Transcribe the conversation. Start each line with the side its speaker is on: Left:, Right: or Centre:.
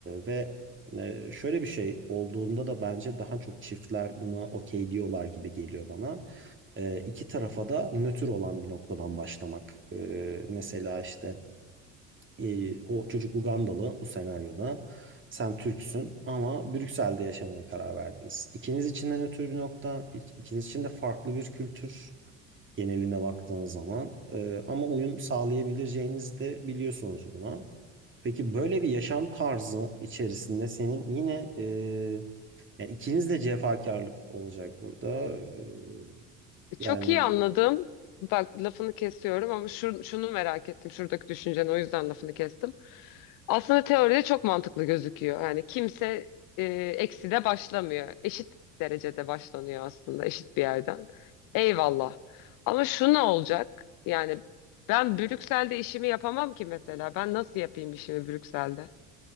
Right: ve e, şöyle bir şey olduğunda da bence daha çok çiftler buna okey diyorlar gibi geliyor bana. E, iki tarafa da nötr olan bir noktadan başlamak. E, mesela işte e, o çocuk Ugandalı bu senaryoda. Sen Türksün ama Brüksel'de yaşamaya karar verdiniz. İkiniz için de nötr bir nokta, ikiniz için de farklı bir kültür geneline baktığınız zaman. E, ama uyum sağlayabileceğinizi de biliyorsunuz buna. Peki böyle bir yaşam tarzı içerisinde senin yine e, yani ikiniz de cefakarlık olacak burada. E, yani
Left: Çok iyi anladım. Bak lafını kesiyorum ama şu, şunu merak ettim. Şuradaki düşünceni o yüzden lafını kestim. Aslında teoride çok mantıklı gözüküyor. Yani kimse e, eksi de başlamıyor. Eşit derecede başlanıyor aslında eşit bir yerden. Eyvallah. Ama şu ne olacak? Yani ben Brüksel'de işimi yapamam ki mesela. Ben nasıl yapayım işimi Brüksel'de?